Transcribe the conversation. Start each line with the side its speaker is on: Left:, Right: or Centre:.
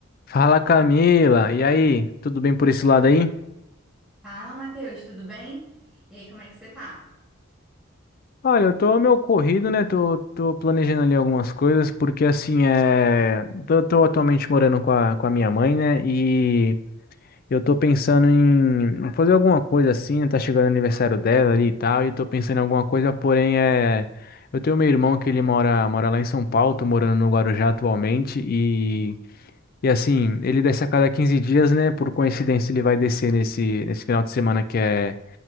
Left: Fala Camila, e aí? Tudo bem por esse lado aí?
Centre: Fala, Matheus, tudo bem? E aí, como é que você tá?
Left: Olha, eu tô meio corrido, né? Tô, tô planejando ali algumas coisas, porque assim, é... tô, tô atualmente morando com a, com a minha mãe, né? E eu tô pensando em fazer alguma coisa assim, né? Tá chegando o aniversário dela ali e tal, e tô pensando em alguma coisa, porém é... Eu tenho meu irmão que ele mora, mora lá em São Paulo, tô morando no Guarujá atualmente, e... E assim, ele desce a cada 15 dias, né? Por coincidência, ele vai descer nesse, nesse final de semana que é